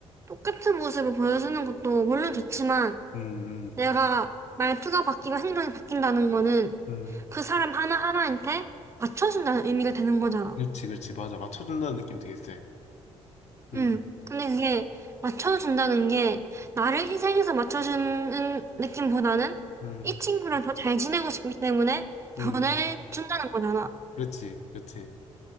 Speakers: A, on the right (about 20°); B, on the left (about 50°).
A: 똑같은 모습을 보여주는 것도 물론 좋지만
B: 음,
A: 내가
B: 음,
A: 말투가 바뀌고 행동이 바뀐다는 거는
B: 음.
A: 그 사람 하나하나한테 맞춰준다는 의미가 되는 거잖아.
B: 그치, 그치. 맞아. 맞춰준다는 느낌 되게 세. 음,
A: 응. 근데 그게 맞춰준다는 게 나를 희생해서 맞춰주는 느낌보다는
B: 음,
A: 이 친구랑 더 잘 지내고 싶기 때문에 변해준다는
B: 음.
A: 거잖아.
B: 그치, 그치.